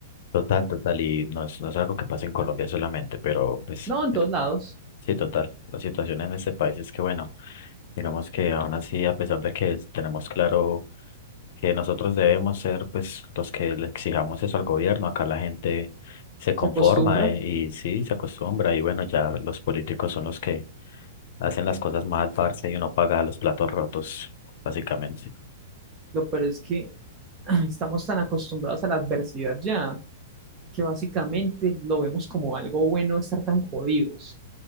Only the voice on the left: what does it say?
Total, total, y no es, no es algo que pasa en Colombia solamente, pero pues
Sí, total. La situación en este país es que, bueno, digamos que aún así, a pesar de que es- tenemos claro que nosotros debemos ser, pues, los que le exijamos eso al gobierno, acá la gente se conforma
eh, y, sí, se acostumbra y bueno, ya los políticos son los que hacen las cosas mal, parce, y uno paga los platos rotos, básicamente.